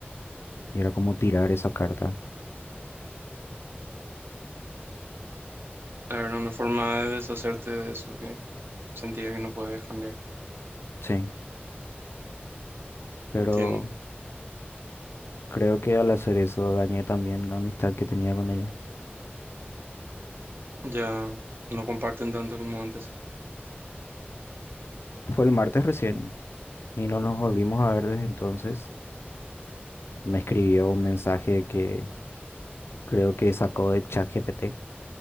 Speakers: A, on the left; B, on the right.
A: Y era como tirar esa carta.
B: Era una forma de deshacerte de eso que sentías que no podías cambiar.
A: Sí, pero
B: Entiendo.
A: creo que al hacer eso dañé también la amistad que tenía con ella.
B: Ya no comparten tanto como antes.
A: Fue el martes recién y no nos volvimos a ver desde entonces. Me escribió un mensaje que creo que sacó de ChatGPT